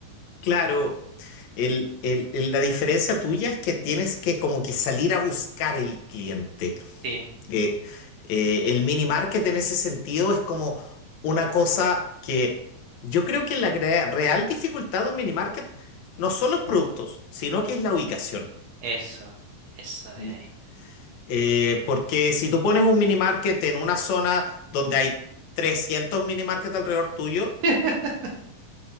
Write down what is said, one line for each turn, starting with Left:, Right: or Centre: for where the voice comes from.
Left: Claro, el- el- el- la diferencia tuya es que tienes que como que salir a buscar el cliente.
Right: Sí.
Left: Eh, eh, el mini market en ese sentido es como una cosa que yo creo que la gre- real dificultad de un mini market no son los productos, sino que es la ubicación.
Right: Eso, eso de
Left: Mm,
Right: ahí.
Left: eh, porque si tú pones un mini market en una zona donde hay 300 mini market alrededor tuyo,
Right: <laughs>